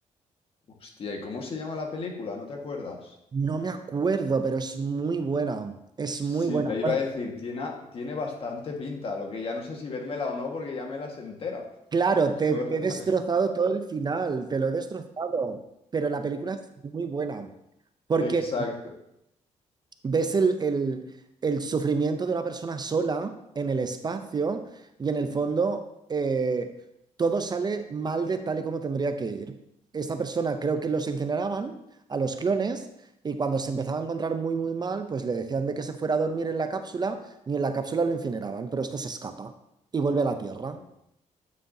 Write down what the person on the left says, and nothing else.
Hostia, ¿y cómo se llama la película? ¿No te acuerdas?
Sí,
te iba
a decir, tiene, tiene bastante pinta, lo que ya no sé si vérmela o no porque ya me las entera.
<laughs>
Exacto.
Hostia.